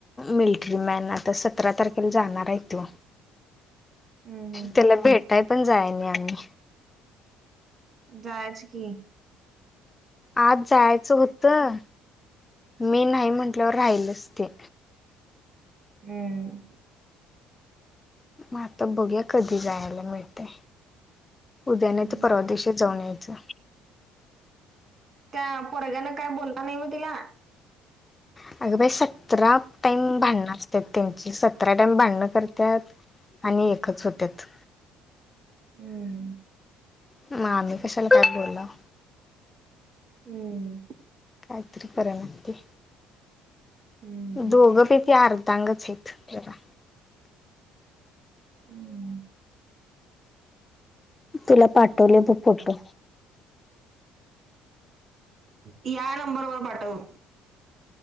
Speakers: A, on the left (about 20°); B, on the right (about 40°).
A: मिलिटरी मॅन, आता सतरा तारखेला जाणार आहे तो.
B: हम्म
A: त्याला भेटाय पण जाय नाही आम्ही.
B: जायच की
A: आज जायचं होतं, मी नाही म्हंटल्यावर राहिलच ते.
B: हम्म.
A: मग आता बघूया कधी जायला मिळतेय. उद्या नाही
B: हम्म
A: तर परवादिवशी जाऊन यायचं.
B: त्या पोरग्यान काय बोलला नाही, म तिला.
A: ह <unintelligible> अगं बाई सतरा टाईम भांडणं असतात, त्यांची सतरा टाईम भांडणं करतात. आणि एकच होत्यात.
B: हम्म.
A: मग आम्ही कश्याला काय बोलाव.
B: हम्म.
A: काहीतरी कराना ते.
B: हम्म.
A: दोघंपैकी अर्धांगच आहेत जरा.
B: हम्म.
A: तुला पाठवल बग फोटो.
B: या नंबर वर पाठव.